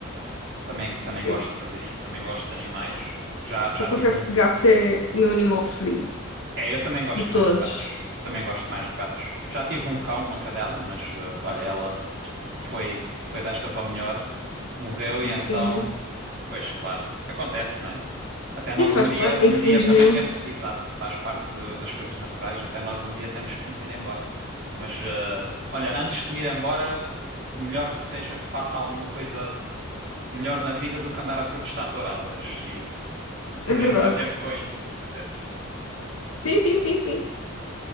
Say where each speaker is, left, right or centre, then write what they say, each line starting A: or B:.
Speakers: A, on the right; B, on the left.
A: também, também
B: eu,
A: gosto de fazer isso, também gosto de animais. Já, já
B: eu confesso
A: tive um,
B: que gatos é o meu animal preferido
A: É, eu também gosto
B: de todos.
A: mais de gatos. Também gosto mais de gatos. Já tive um cão, uma cadela, mas eh, olha, ela foi foi desta para melhor, morreu
B: Tadinha.
A: e então, pois claro, acontece, né? Até
B: Sim,
A: nós
B: faz
A: um dia,
B: parte,
A: um
B: infelizmente.
A: dia também temos, exato, faz parte de- das coisas naturais, até nós um dia temos que nos ir embora. Mas eh, olha, antes de me ir embora, melhor que seja que faça alguma coisa melhor na vida do que andar a protestar touradas e
B: É
A: perder
B: verdade.
A: o meu tempo com isso, percebes?
B: Sim, sim, sim, sim.